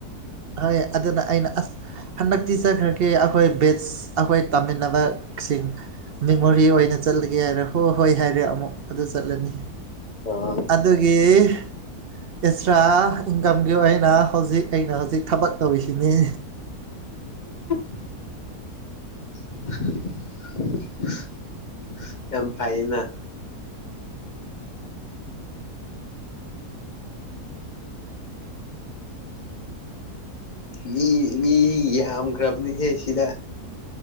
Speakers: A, on the right; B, on the left.
A: ꯍꯣꯏ ꯑꯗꯨꯅ ꯑꯩꯅ ꯑꯁ ꯍꯟꯗꯛꯇꯤ ꯆꯠꯈ꯭ꯔꯒꯦ ꯑꯩꯈꯣꯏ ꯕꯦꯁ ꯑꯩꯈꯣꯏ ꯇꯝꯃꯤꯟꯅꯕ ꯁꯤꯡ ꯃꯦꯃꯣꯔꯤ ꯑꯣꯏꯅ ꯆꯠꯂꯒꯦ ꯍꯥꯏꯔꯦ ꯍꯣꯏ- ꯍꯣꯏ ꯍꯥꯏꯔꯦ ꯑꯃꯨꯛ ꯑꯗꯨ ꯆꯠꯂꯅꯤ
B: ꯑꯣ
A: ꯑꯗꯨꯒꯤ ꯑꯦꯛꯁꯇ꯭ꯔꯥ ꯏꯟꯀꯝ ꯒꯤꯑꯣꯏꯅ ꯍꯧꯖꯤꯛ ꯑꯩ ꯊꯕꯛ ꯇꯧꯔꯤꯁꯤꯅꯦ
B: ꯎꯝ <unintelligible> ꯌꯥꯝ ꯐꯩꯅ ꯃꯤ -ꯃꯤ ꯌꯥꯝꯈ꯭ꯔꯕꯅꯤ ꯍꯦ ꯁꯤꯗ